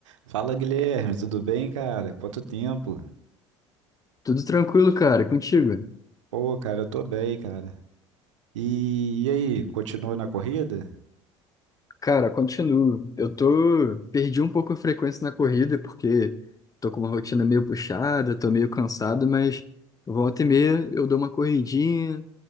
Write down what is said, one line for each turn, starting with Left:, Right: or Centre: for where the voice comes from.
Right: Fala Guilherme, tudo bem, cara? Quanto tempo?
Left: Tudo tranquilo, cara, e contigo?
Right: Pô, cara, eu tô bem, cara. E, e aí, continua na corrida?
Left: Cara, continuo. Eu tô. Perdi um pouco a frequência na corrida, porque tô com uma rotina meio puxada, tô meio cansado, mas volta e meia eu dou uma corridinha,